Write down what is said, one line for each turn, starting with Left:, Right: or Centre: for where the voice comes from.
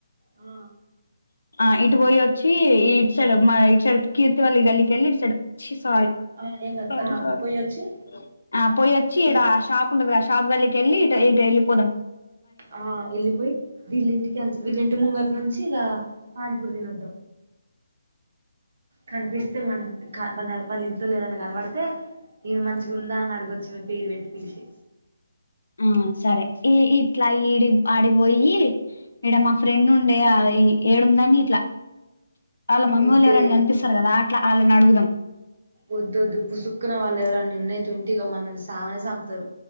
Right: ఆ
Left: ఆ ఇట్ ఇటు పోయి వచ్చి ఈ ఇటు సైడు మా ఇటు సైడ్ కీర్తివాల్ల గల్లికి వెళ్ళి ఇటు సైడ్
Right: ఆ ఆ ఏం కాదు
Left: <unintelligible>
Right: ఆ పోయొచ్చి
Left: ఆ పోయి వచ్చి
Right: ఇగ
Left: ఈడ షాప్ ఉండదు ఆ గల్లికి వెళ్లి ఇటు ఇటు వెళ్లిపోదాం.
Right: ఆ వెళ్ళిపోయి వీళ్ళుంటికే వీల్ళింటి ముందర నుంచి ఇక పానీపూరీ తినొద్దాం కనిపిస్తే మం <unintelligible> మళ్ళ వాళ్ళ ఇంట్లోవలేవరన కనబడితే ఈమె మంచిగా ఉందా అని అడగొచ్చు. పేరు పెట్టి పిలిచి
Left: ఆ సరే ఈ ఇట్లా ఈడి ఆడిపోయి ఇడ మా ఫ్రెండ్ ఉండే ఆ ఏడు ఉందని ఇట్లా వాళ్ళ మమ్మీ
Right: వద్దే
Left: వాళ్ళు ఎవరనా కనిపిస్తారు కదా అట్ల ఆళ్ళనీ అడుగుదాం
Right: వద్దోద్దు పుసుక్కున్న వాళ్ళు ఎవరనా నిన్న తంటిగా మనల్ని సామనే చంపుతారు